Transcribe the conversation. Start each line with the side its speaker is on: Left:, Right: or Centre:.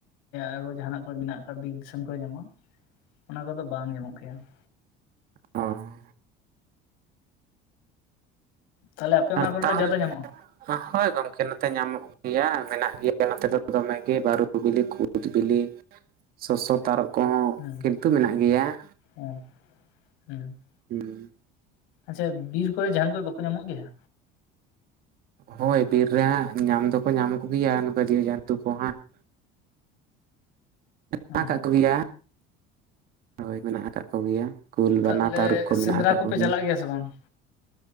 Left: ᱟᱨᱚ ᱡᱟᱦᱟᱱᱟᱜ ᱠᱚᱨᱮ ᱢᱮᱱᱟᱜ ᱟᱠᱟᱫ ᱵᱤᱨ ᱫᱤᱥᱚᱢ ᱠᱚᱨᱮ ᱧᱟᱢᱚᱜᱼᱟ ᱚᱱᱟ ᱠᱚᱫᱚ ᱵᱟᱝ ᱧᱟᱢᱚᱜ ᱜᱮᱭᱟ ᱾
Right: ᱚᱻ
Left: ᱛᱟᱦᱚᱞᱮ ᱟᱯᱮ
Right: <unintelligible>
Left: ᱚᱱᱟ ᱠᱚᱨᱮ ᱫᱚ ᱡᱟᱫᱟ ᱧᱟᱢᱚᱜᱼᱟ
Right: ᱦᱳᱭ ᱜᱚᱢᱠᱮ ᱱᱚᱛᱮ ᱧᱟᱢᱚᱜᱼᱼ ᱜᱮᱭᱟ ᱢᱮᱱᱟᱜ ᱜᱮᱭᱟ ᱱᱚᱛᱮ ᱫᱚ ᱫᱚᱢᱮ ᱜᱮ ᱵᱟᱹᱨᱩ ᱵᱤᱞᱤ, ᱠᱩᱫ ᱵᱤᱞᱤ, ᱥᱚᱥᱚ, ᱛᱟᱨᱚᱵ ᱠᱚᱦᱚᱸ
Left: ᱦᱩᱸ
Right: ᱠᱤᱱᱛᱩ ᱢᱮᱱᱟᱜ ᱜᱮᱭᱟ ᱾
Left: <unintelligible>
Right: ᱦᱮᱸ
Left: ᱟᱪᱪᱷᱟ ᱵᱤᱨ ᱠᱚᱨᱮ ᱡᱟᱦᱟᱱ ᱠᱚ ᱵᱟᱠᱚ ᱧᱟᱢᱚᱜ ᱜᱮᱭᱟ?
Right: ᱦᱳᱭ ᱵᱤᱨ ᱨᱮ ᱦᱟᱸᱜ ᱧᱟᱢ ᱫᱚᱠᱚ ᱧᱟᱢᱚᱜ ᱜᱮᱭᱟ ᱱᱚᱝᱠᱟ ᱡᱤᱣᱤᱡᱚᱱᱛᱩ ᱠᱚ ᱦᱟᱸᱜ ᱾ <unintelligible>
Left: ᱚ
Right: ᱦᱳᱭ ᱢᱮᱱᱟᱜ ᱟᱠᱟᱫ ᱠᱚ ᱜᱮᱭᱟ, ᱠᱩᱞ
Left: ᱛᱟᱦᱚᱞᱮ
Right: ᱵᱟᱱᱟ ᱛᱟᱹᱨᱩᱵ ᱠᱚ ᱢᱮᱱᱟᱜ
Left: ᱥᱮᱸᱫᱽᱨᱟ
Right: ᱟᱠᱟᱫ ᱠᱚ ᱜᱮᱭᱟ ᱾
Left: <unintelligible> ᱵᱟᱝ